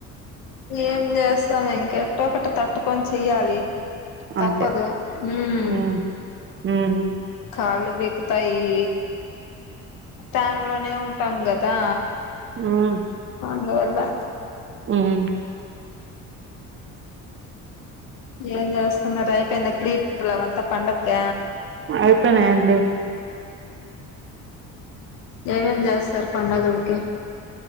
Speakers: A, on the left (about 85°); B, on the right (about 40°).
A: ఏం చేస్తాం ఇంకెట్టో కట్ తట్టుకోని చెయ్యాలి.
B: అంతే
A: తప్పదు హుమ్
B: ఉమ్ ఉమ్
A: కాళ్ళు బికుతాయి. టామ్ లోనే ఉంటాం కదా
B: ఉమ్
A: అందువల్ల
B: ఉమ్
A: ఏం చేస్తున్నారు అయిపోయిందా క్లీనింగ్ అంతా పండక్కి
B: అయిపోయినాఅండి.
A: ఎవేం చేస్తారు. పండుగలకి